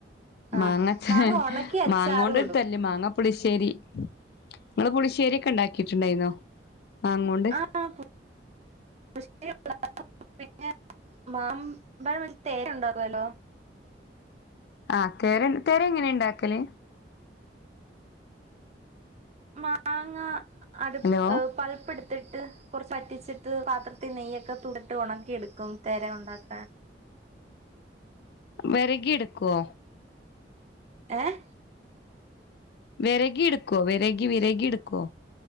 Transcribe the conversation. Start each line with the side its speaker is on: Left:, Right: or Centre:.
Right: ആഹ്
Left: മാങ്ങച്ചാ
Right: മാങ്ങ ഉണക്കി അച്ചാറും
Left: മാങ്ങ കൊണ്ടിട്ടല്ലേ
Right: ഇടും
Left: മാങ്ങ പുളിശ്ശേരി. നിങ്ങള് പുളിശ്ശേരി ഒക്കെ ഉണ്ടാക്കിട്ടുണ്ടായിരുന്നോ മാങ്ങക്കൊണ്ട്?
Right: <unintelligible> <unintelligible> മാമ്പാഴം വെച്ച് <unintelligible> ഉണ്ടാക്കുവല്ലോ?
Left: ആഹ് കേരൻ <unintelligible> എങ്ങനെയാ ഉണ്ടാക്കല്?
Right: മാങ്ങ <unintelligible>
Left: ഹലോ
Right: പൾപ്പെടുത്ത് പ്പെടുത്തിട്ട് കൊറച്ച് വറ്റിച്ചിട്ട് പാത്രത്തിൽ നെയ്യൊക്കെ <unintelligible> ഉണക്കി എടുക്കും <unintelligible> ഉണ്ടാക്കാൻ
Left: വിരകി എടുക്കുവോ
Right: ഏഹ്
Left: വിരകി എടുക്കുവോ വിരകി വിരകി എടുക്കുവോ